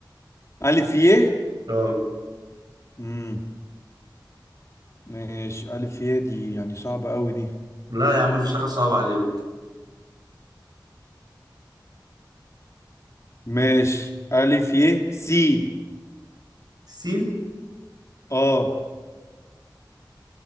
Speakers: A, on the left (about 40°); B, on the right (about 60°).
A: ألف يه
B: اه
A: امم ماشي ألف يه دي يعني صعبة أوي دي
B: لا يا عم مفيش حاجة صعبة عليك
A: ماشي ألف يه سين
B: سين
A: آه